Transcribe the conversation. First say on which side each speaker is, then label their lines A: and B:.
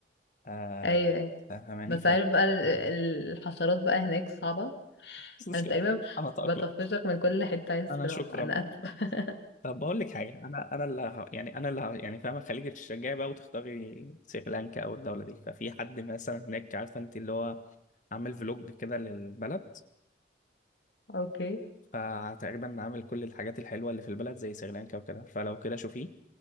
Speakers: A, on the left; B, on the left.
A: آه
B: ايوه ايوه
A: فاهماني
B: بس
A: ف
B: عارف بقى ال- ال- الحشرات بقى هناك صعبة
A: مش مشكلة
B: انا تقريبا
A: أنا أتأقلم
B: بطفشك من كل حتة عايز
A: أنا
B: تروح
A: شكرا
B: انا
A: أنا
B: اسفة
A: طب بقول لك حاجة أنا أنا اللي ه- يعني أنا اللي ه- يعني فاهمة خليك تشجعي بقى وتختاري سريلانكا أو الدولة دي ففي حد مثلا هناك عارفة أنت اللي هو عامل فلوج كده للبلد
B: <laughs> اوكي
A: فتقريبا عامل كل الحاجات الحلوة اللي في البلد زي سريلانكا وكده فلو كده شوفيه